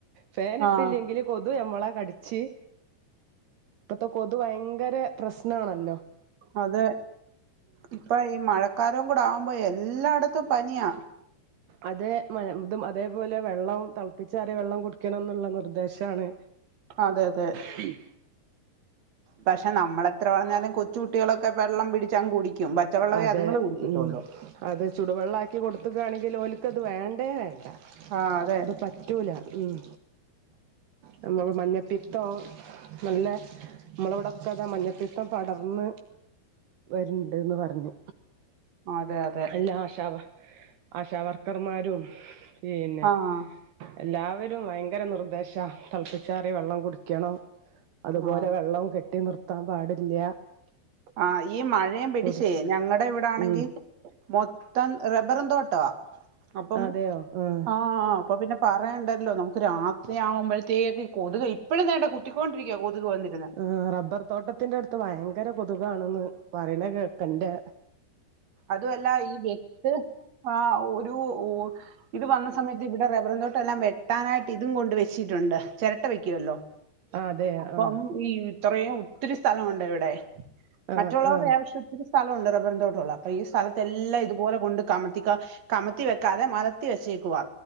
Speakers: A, on the right (about 70°); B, on the right (about 45°).
A: ഫാനിട്ടില്ലെങ്കില്
B: ആഹ്
A: കൊതു നമ്മളെ കടിച്ച് ഇപ്പത്തെ കൊതു ഭയങ്കര പ്രശ്നണല്ലോ
B: അതെ ഇപ്പ ഈ മഴക്കാലം കൂടെ ആവുമ്പോ എല്ലായിടത്തും പനിയാ
A: അതെ! ഇതും അതേപോലെ വെള്ളം തിളപ്പിച്ചാലെ വെള്ളം കുടിക്കണം എന്നുള്ള നിർദേശമാണ്.
B: അതെ! അതെ!
A: <unintelligible>
B: പക്ഷെ നമ്മളെത്ര പറഞ്ഞാലും കൊച്ചു കുട്ടികളൊക്കെ വെള്ളം പിടിച്ചങ്ങ് കുടിക്കും. പച്ചവെള്ളവെ
A: അതെ
B: അതുങ്ങള് കുടിക്കത്തുള്ളൂ.
A: ഉം അത് ചുടുവെള്ളാക്കി കൊടുക്കുകയാണെങ്കിൽ ഓലുക്കത് വേണ്ടേ വേണ്ട.
B: ആഹ് അതെ
A: അത് പറ്റ! പറ്റൂല. ഉം! നമ്മള് മഞ്ഞപ്പിത്തോ! നല്ല നമ്മളവിടൊക്കെ മഞ്ഞപ്പീത്തം പടർന്ന്! വരണ്ടെന്ന് പറഞ്ഞ്.
B: അതെയതെ!
A: അല്ലാ ആശ ആശാവർക്കർമാരും പിന്നെ!
B: ആഹ്
A: എല്ലാവരും ഭയങ്കര നിർദ്ദേശാ തിളപ്പിച്ചാറിയ വെള്ളം കുടിക്കണം. അതുപോലെ
B: ആഹ്
A: വെള്ളവും കെട്ടി നിർത്താൻ പാടില്ല.
B: ആഹ ഈ മഴയും പിടിച്ചേ
A: കൊതു
B: ഞങ്ങളടെ ഇവിടാണെങ്കിൽ!
A: ഉം
B: മൊത്തം റബ്ബറും തോട്ടമാ അപ്പം
A: അതെയോ ആഹ്
B: ആഹ! അപ്പൊ പിന്നെ പറയേണ്ടല്ലോ നമുക്ക് പിന്നെ രാത്രിയാവുമ്പോഴത്തേക്ക് ഈ കൊതുക് ഇപ്പോഴും ദേണ്ടെ കുത്തിക്കൊണ്ടിരിക്കുകയ കൊതുക് വന്ന്!
A: ആഹ്! റബ്ബർ തോട്ടത്തിന്റെ അടുത്ത് ഭയങ്കര കൊതുകാണെന്ന്. പറയണെ കേക്കണ്ടെ?
B: അതുവല്ല ഈ വിത്ത് ആ ഒരു! ഇത് വന്ന സമയത്ത് ഇബ്ടെ റബ്ബറുംതോട്ടല്ലാം വെട്ടാനായിട്ട് ഇതും കൊണ്ട് വെച്ചിട്ടുണ്ട്. ചെരട്ട വെക്കുവല്ലോ.
A: ആഹ് അതെ
B: അപ്പം
A: ആഹ്
B: ഈ ഇത്രേയും ത്തിരി സ്ഥലമുണ്ട് വിടെ.
A: ആഹ്
B: മറ്റുള്ളവര്ടെയാവശ്യത്തിന്
A: ആഹ്
B: സ്ഥലമുണ്ട്. റബറിൻ തോട്ടോള്ള ഈ സ്ഥലത്തെല്ലാം ഇതുപോലെ കൊണ്ട് കമത്തിക്ക. കമത്തി വെക്കാതെ മലർത്തി വെച്ചേക്കുവാ.